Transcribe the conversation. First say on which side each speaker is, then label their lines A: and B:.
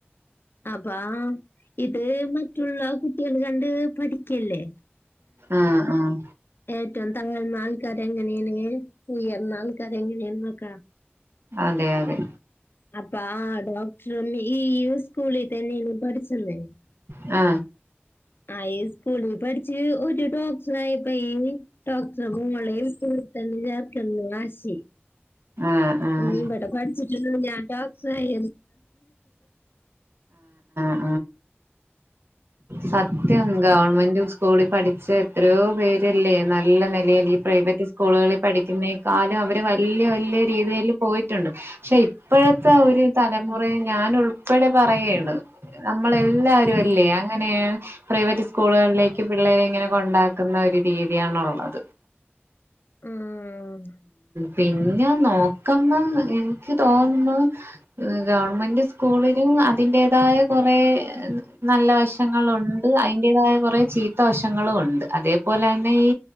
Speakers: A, on the left (about 55°); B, on the right (about 65°).
A: അപ്പൊ ഇത് മറ്റുള്ള കുട്ടികൾ കണ്ട് പഠിക്കല്ലേ
B: ആഹ് ആഹ്
A: ഏറ്റവും താഴ്ന്ന ആൾക്കാർ എങ്ങനെ ഉയർന്ന ആൾക്കാർ എങ്ങനെ ആണ് എന്നൊക്ക
B: അതെ അതെ
A: അപ്പൊ ആ ഡോക്ടറും ഈ സ്കൂളിൽ തന്നെ ആണോ പഠിച്ചത്
B: ആ
A: ആ ഈ സ്കൂളിൽ പഠിച്ച് ഒരു ഡോക്ടർ ആയപ്പോൾ ഡോക്ടറെ മോളെയും ഈ സ്കൂളിൽ തന്നെ ചേർക്കണം എന്ന് വാശി
B: ആഹ് ആഹ്
A: ഇനി ഇവിടെ പഠിച്ച് ഞാൻ ഡോക്ടർ ആയി
B: ആ സത്യം ഗവണ്മെന്റ് സ്കൂളിൽ പഠിച്ച എത്രയോ പേര് അല്ലെ നല്ല നിലയിൽ ഈ പ്രൈവറ്റ് സ്കൂളിൽ പഠിക്കുന്നതിനേക്കാളും അവർ വ ല്ല വല്ല രീതിയിൽ പോയിട്ടുണ്ട് പക്ഷെ ഇപ്പൊ ഇപ്പോഴത്തെ ഒരു തലമുറ ഞാനുൾപ്പെടെ പറയേണ് നൻപ്പ ഇങ്ങളെല്ലരൊല്ലേ
A: ഉം.
B: അങ്ങനെ മൾ പ്രൈവറ്റ് സ്കൂള്കളിലേക്ക് ക്ക് പിള്ളേരി ഇങ്ങനെ കൊണ്ടാ ക്യു ക്ക് ഇമ്മാതിരി രീതിയാണുള്ളത് ക്ക
A: ഇമ്മ്മ്
B: പിന്നെ നോക്കമ്പം എനിക്ക് തോന്നുന്നു മ്മ് ഗവണ്മെന്റ് സ്കൂളിൽ ഊ അതിന്റെതായ കൊറേ ആം നല്ല വശങ്ങളുണ്ട് അയിന്റെതായ കുറേ മ്മ് ചീത്ത വശങ്ങളുണ്ട് അതെ പോലെ തന്നെ ഈ